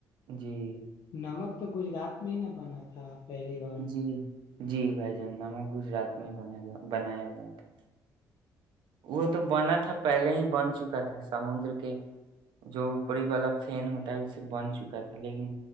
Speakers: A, on the right; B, on the left.
A: جی
B: نمک تو گجرات میں ہی نہ بنا تھا پہلی بار
A: جی جی بھائی ج ناما گجرات میں بنایا بنایا گیا تھا وہ تو بنا تھا پہلے ہی بن چکا تھا سمندر کے جو اوپری والا فین ہوتا ہے اس سے بن چکا تھا لیکن